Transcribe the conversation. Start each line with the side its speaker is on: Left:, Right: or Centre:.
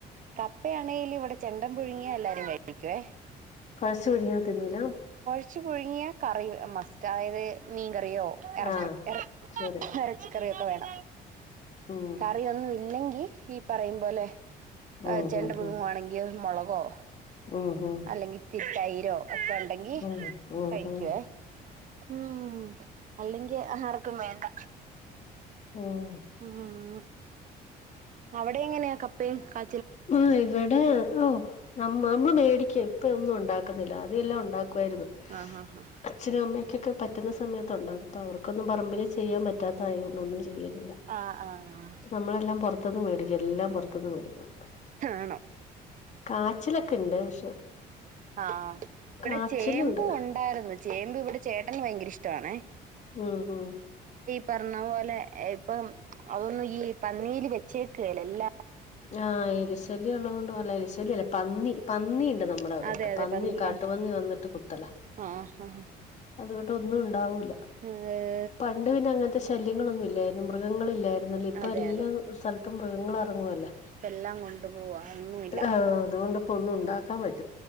Right: കപ്പയാണേല് ഇവിടെ ചെണ്ടം പുഴുങ്ങിയാ എല്ലാരും കഴിക്കുവേ
Left: ച്ച് പുഴുങ്ങിയാ തിന്നൂലാ
Right: ച്ച് പുഴുങ്ങിയാ കറി മസ്റ്റ് ആയതേ മീൻ കറി കറിയോ എറച്ചി
Left: ആഹ്
Right: എറ
Left: ശരി
Right: എറച്ചിക്കറിയോ ഒക്കെ വേണം
Left: ഉം
Right: കറിയൊന്നും ഇല്ലെങ്കി ഈ പറയും പോലെ
Left: ഉം
Right: ചെണ്ട
Left: ഉം
Right: പുഴുങ്ങുവാണെങ്കിൽ
Left: ഉം
Right: മുള ഓ
Left: ഉം ഉം
Right: അല്ലെങ്കി ഇത്തിരി തൈരോ ഒക്കെ ഉണ്ടെങ്കി
Left: ഉം ഉം ഉം
Right: കഴിക്കുവേ
Left: ഉം
Right: ഉം അല്ലെങ്കിൽ ആർക്കും വേണ്ട
Left: ഉം
Right: ഉം അവിടെ എങ്ങനെയാ കപ്പയും കാ
Left: ആഹ് ഇവിടെ ഓ നമ്മ നമ്മള് മേടിക്കും ഇപ്പം ഒന്നും ഉണ്ടാക്കുന്നില്ല അദ്യം എല്ലാം ഉണ്ടാക്കുവ വാരുന്നു
Right: ആഹ് ആഹ്
Left: അച്ഛനും അമ്മയും പറ്റുന്ന സമയത്തുണ്ടാകും ഇപ്പൊ അവർക്കൊന്നും പറമ്പില് ചെയ്യാൻ പറ്റാത്തതായോണ്ട് ഒന്നും ചെയ്യലില്ല
Right: ആഹ് ആഹ്
Left: നമ്മളെല്ലാം പൊറ പുറത്തുന്ന് മേടിക്കും എല്ലാം പുറത്തുന്ന് മേടിക്കും
Right: ആണോ
Left: കാച്ചിലൊക്കെണ്ട് പക്ഷെ
Right: ആഹ് ഇവിടെ
Left: കാച്ചിലുണ്ട്
Right: ചേമ്പും ഉണ്ടായിരുന്നു ചേമ്പും ഇവിടെ ചേട്ടന് ഭയങ്കര ഇഷ്ടമാണെ.
Left: ആഹ് ആഹ്
Right: പറഞ്ഞ പോലെ ഇപ്പം അതൊന്നും ഈ പന്നീല് വെച്ചേക്കേലല്ല
Left: ആഹ് എലി ശല്യം ഉള്ളതുകൊണ്ട് എലി ശല്യം അല്ലേ പന്നി പന്നി ണ്ട് നമ്മുടെ അവിടെയൊക്കെ
Right: അതെ അതെ
Left: പന്നി കാട്ടുപന്നി
Right: ആ
Left: വന്നിട്ട് കുത്തലാ
Right: ആ ആ
Left: <unintelligible>
Right: <inaudible>
Left: പണ്ടു പിന്നെ അങ്ങനത്തെ ശല്യങ്ങളൊന്നും ഇല്ലായിരുന്നു മൃഗങ്ങളി ല്ലായിരുന്നല്ലേ ഇപ്പൊ
Right: അതെ
Left: എല്ലാ സ്ഥലത്തും മൃഗങ്ങള് ഇറങ്ങുവല്ലേ.
Right: ഇപ്പ എല്ലാം കൊണ്ടു പോവാ ഒന്നുല്ല
Left: ആഹ് അതുകൊണ്ട് ഇപ്പം ഒന്നും ഉണ്ടാക്കൻ പറ്റില്ല.